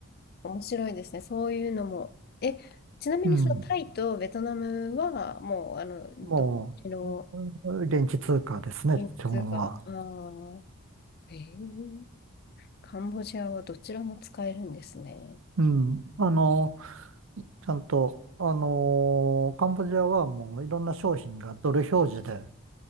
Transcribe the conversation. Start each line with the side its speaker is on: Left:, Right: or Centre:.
Left: 面白いですね。そういうのも。え、ちなみにそのタイとベトナムは、
Right: うん。
Left: もう、あの、
Right: もう、
Left: どっちの
Right: 現地通貨ですね、
Left: 現地通貨、
Right: 基本は。
Left: あーえーカンボジアはどちらも使えるんですね。
Right: うん。あの、ちゃんと、あの、カンボジアはもういろんな商品がドル表示で、